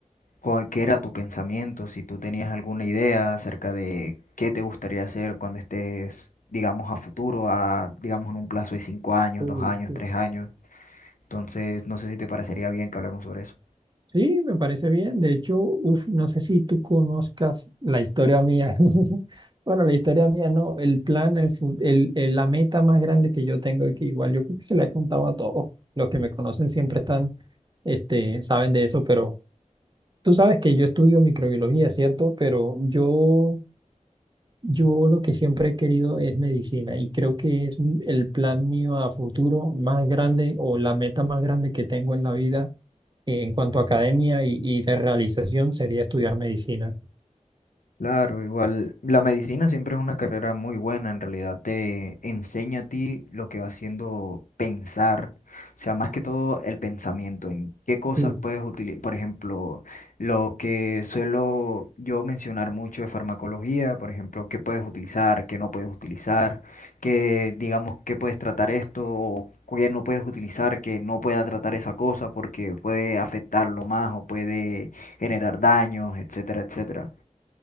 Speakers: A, on the left; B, on the right.
A: cuál, qué era tu pensamiento, si tú tenías alguna idea acerca de qué te gustaría hacer cuando estés, digamos, a futuro, a, digamos, en un plazo de cinco años,
B: Uh,
A: dos años,
B: sí.
A: tres años. Entonces, no sé si te parecería bien que hablemos sobre eso.
B: Sí, me parece bien. De hecho, uf, no sé si tú conozcas la historia mía. <laughs> Bueno, la historia mía no, el plan, el, fu- el- el- la meta más grande que yo tengo, que igual yo creo que se la he contado a todos. Los que me conocen siempre están, este, saben de eso, pero tú sabes que yo estudio microbiología, ¿cierto? Pero yo, yo lo que siempre he querido es medicina y creo que es un- el plan mío a futuro más grande o la meta más grande que tengo en la vida en cuanto a academia y, y de realización sería estudiar medicina.
A: Claro, igual la medicina siempre es una carrera muy buena, en realidad te enseña a ti lo que va haciendo pensar, o sea, más que todo el pensamiento, en qué cosas
B: Sí,
A: puedes utilizar, por ejemplo, lo que suelo yo mencionar mucho de farmacología, por ejemplo, qué puedes utilizar, qué no puedes utilizar, qué, digamos, qué puedes tratar esto o qué no puedes utilizar, que no pueda tratar esa cosa porque puede afectarlo más o puede generar daños, etcétera, etcétera.